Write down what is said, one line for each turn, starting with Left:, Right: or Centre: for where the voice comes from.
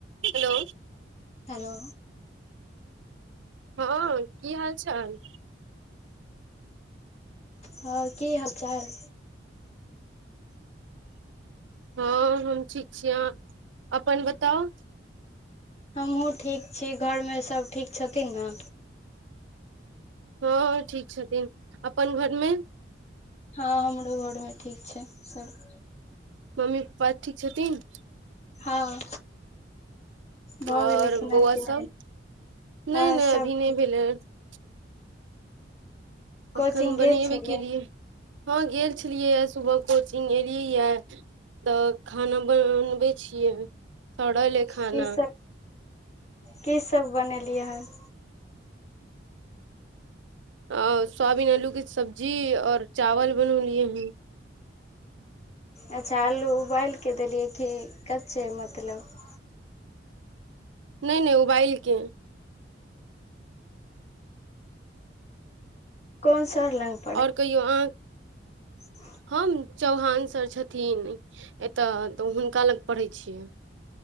Right: hello
Left: hello
Right: हँ की हाल चाल
Left: हँ की हाल चाल
Right: हँ हम ठीक छियै यहाँ अपन बताउ
Left: हमहूँ ठीक छी घरमे सभ ठीक छथिन ने
Right: हँ ठीक छथिन अपन घरमे
Left: हँ हमरो घर मे ठीक छै सब
Right: मम्मी पपा ठीक छथिन
Left: हँ भऽ
Right: आओर
Left: गेलै खेनाइ
Right: बौआ
Left: पिलनाइ
Right: सब नहि
Left: हँ
Right: नहि
Left: सब
Right: <inaudible>
Left: कोचिंग
Right: एखन
Left: गेल
Right: बनेबै
Left: छलियै
Right: केलियै हँ गेल छलियैए सुबह कोचिंग एयलियैए तऽ खाना बनबै छियै सड़ल ये खाना
Left: की सब की सब बनेलियै हन
Right: अ सोयाबीन आलू के सब्जी और चावल बनौलिये है
Left: अच्छा आलू उबाल कऽ देलियै कि कच्चे मतलब
Right: नहि नहि उबाइलके
Left: कोन सा <unintelligible> ल
Right: अओर कहियौ अहाँ
Left: ह
Right: हम चौहान सर छथिन एतऽ तऽ हुनका लग पढ़ै छि